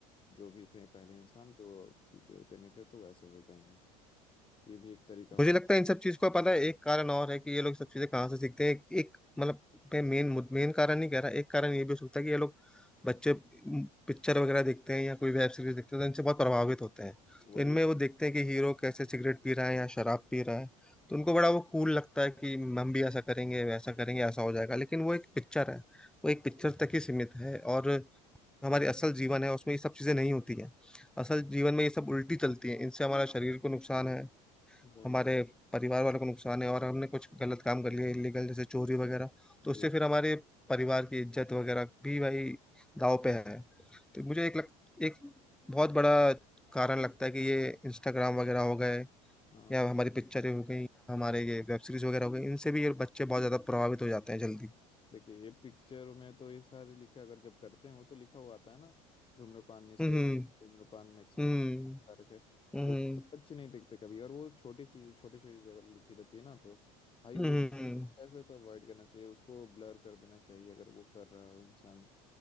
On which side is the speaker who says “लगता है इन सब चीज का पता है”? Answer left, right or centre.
Centre